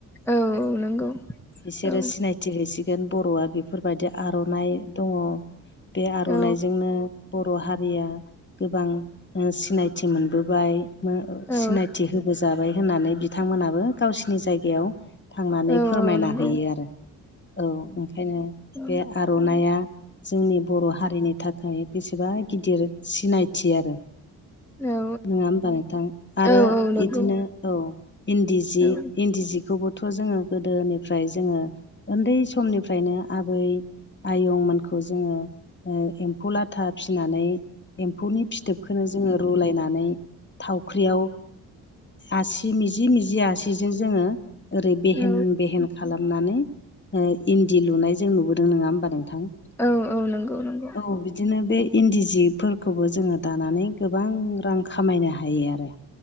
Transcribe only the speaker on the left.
बिसोरो
सिनायथि थि हैसिगोन बर'आ बेफोरबायदि आर'नाइ दंङ बे आर'नाइजोंनो
बर' हारिया गोबां सिनायथि मोनबोबाय
सिनायथि होबोजाबाय होननानै बिथांमोनाबो गावसिनि जायगायाव थांनानै
फोरमायना
होयो आरो औ ओंखायनो
बे आर'नाइआ जोंनि बर' हा हारिनि थाखाय बेसेबा गिदिर सिनायथि आरो
नङा होमबा नोंथां आरो
बिदिनो औ इन्दि जि
इन्दि जिखौबोथ' जोङो गोदोनिफ्राय जोङो उन्दै समनिफ्रायनो आबै आयंमोनखौ जोङो एम्फौ लाथा फिनानै एम्फौनि फिथोबखौनो जोङो रुलायनानै थावख्रियाव आसि मिजि मिजि आसिजों जोङो ओरै बेहेन
बेहेन खालामनानै इन्दि लुनाय जों नुबोदों नङा होमबा नोंथां
औ बिदिनो बे इन्दि जिफोरखौबो जोङो दानानै गोबां रां खामायनो हायो आरो